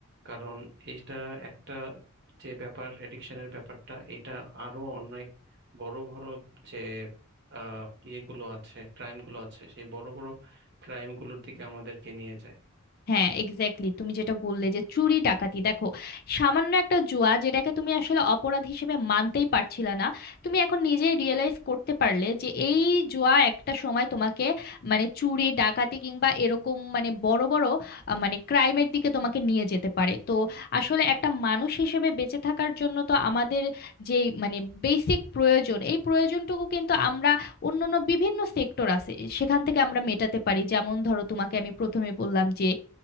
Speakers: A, on the right (about 55°); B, on the left (about 45°).
A: কারণ এটা একটা যে ব্যাপার এডিকশনের ব্যাপারটা এটা আরো অনেক বড় বড় যে আহ, ইয়েগুলো আছে ক্রাইমগুলো আছে সেই বড় বড় ক্রাইমগুলোর দিকে আমাদেরকে নিয়ে যায়
B: হ্যাঁ এক্স্যাক্টলি তুমি যেটা বললে যে চুরি ডাকাতি দেখো সামান্য একটা জুয়া যেটাকে তুমি আসলে অপরাধ হিসেবে মানতেই পারছিলে না তুমি এখন নিজে রিয়েলাইজ করতে পারলে যে এই জুয়া একটা সময় তোমাকে মানে চুরি ডাকাতি কিংবা এরকম মানে বড় বড় আহ, মানে ক্রাইমের দিকে তোমাকে নিয়ে যেতে পারে তো আসলে একটা মানুষ হিসেবে বেঁচে থাকার জন্য তো আমাদের যে মানে বেসিক প্রয়োজন এই প্রয়োজনটুকু কিন্তু আমরা অন্যান্য বিভিন্ন সেক্টর আছে সেখান থেকে আমরা মেটাতে পারি যেমন ধরো তোমাকে আমি প্রথমে বললাম যে